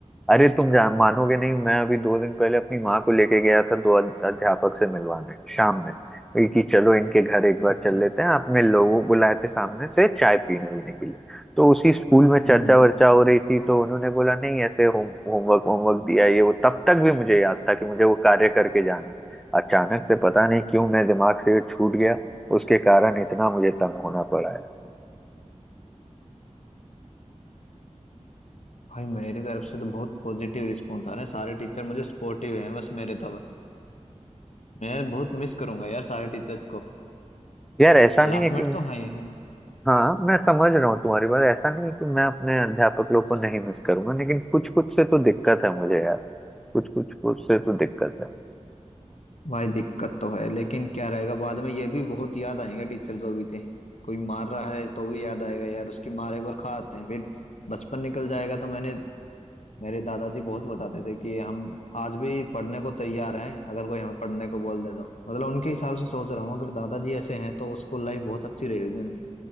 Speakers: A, in the centre; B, on the left (about 70°).
A: अरे तुम जान मानोगे नहीं मैं अभी दो दिन पहले अपनी माँ को लेके गया था दो अध- अध्यापक से मिलवाने शाम में वही कि चलो इनके घर एक बार
B: अच्छे
A: चल लेते हैं आपने लोगों बुलाए थे सामने से चाय पीने वीने के लिए तो उसी स्कूल में
B: हम्म
A: चर्चा
B: हम्म।
A: वर्चा हो रही थी तो उन्होंने बोला नहीं ऐसे होम होमवर्क होमवर्क दिया ये वो तब तक भी मुझे याद था कि मुझे वो कार्य करके जाना है अचानक से पता नहीं क्यों मेरे दिमाग से ये छूट गया उसके कारण इतना मुझे तंग होना पड़ा है।
B: भाई मेरी तरफ से तो बहुत पॉजिटिव रिस्पॉन्स आ रहे हैं सारे टीचर मुझे सपोर्टिव हैं बस मेरे तब मैं बहुत मिस करूंगा यार सारे टीचर्स को
A: यार ऐसा
B: क्लासमेट
A: नहीं है कि
B: तो हैं ही हैं
A: हाँ मैं समझ रहा हूँ तुम्हारी बात ऐसा नहीं है कि मैं अपने अध्यापक लोग को नहीं मिस करूंगा लेकिन कुछ कुछ से तो दिक्कत है मुझे यार कुछ कुछ कुछ से तो दिक्कत है
B: भाई दिक्कत तो है लेकिन क्या रहेगा बाद में ये भी बहुत याद आएंगे टीचर जो भी थे कोई मार रहा है तो भी याद आएगा यार उसकी मार एक बार खा आते हैं फिर बचपन निकल जाएगा तो मैंने मेरे दादाजी बहुत बताते थे कि हम आज भी पढ़ने को तैयार हैं अगर कोई हमें पढ़ने को बोल दे तो मतलब उनके हिसाब से सोच रहा हूँ अगर दादाजी ऐसे हैं तो स्कूल लाइफ बहुत अच्छी रही होगी उनकी